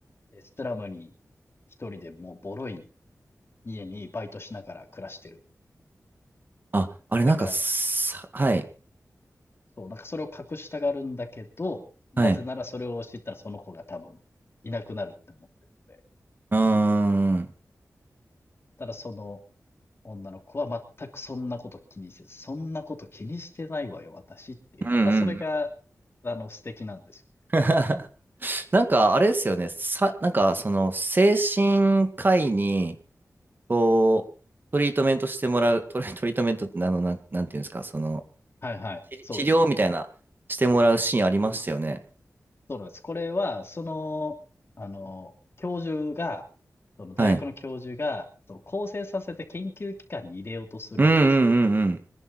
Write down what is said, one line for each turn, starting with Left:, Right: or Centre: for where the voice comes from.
Left: で、ストラムに一人でもうボロい家にバイトしながら暮らしてる。
Right: あ、あれなんかさ、
Left: だから、
Right: はい。
Left: そう、なんかそれを隠したがるんだけど、なぜならそれを知ったらその子が多分いなくなるって思ってるんで。
Right: はい。うーん。
Left: ただその女の子は全くそんなこと気にせず、そんなこと気にしてないわよ、私っていう。
Right: うんうん。
Left: またそれが、あの、素敵なんですよ。
Right: <laughs> なんか、あれですよね。さ、なんか、その、精神科医に、こう、トリートメントしてもらう、トリ、トリートメントってあの、なん、なんていうんですか、その、
Left: はいはい。
Right: 治治療みたいな、
Left: そうですね。
Right: してもらうシーンありましたよね。
Left: そうなんです。これは、その、あの、教授が、その大学の教授が、
Right: はい。
Left: その構成させて研究機関に入れようとするわけですよ。
Right: うんうんうん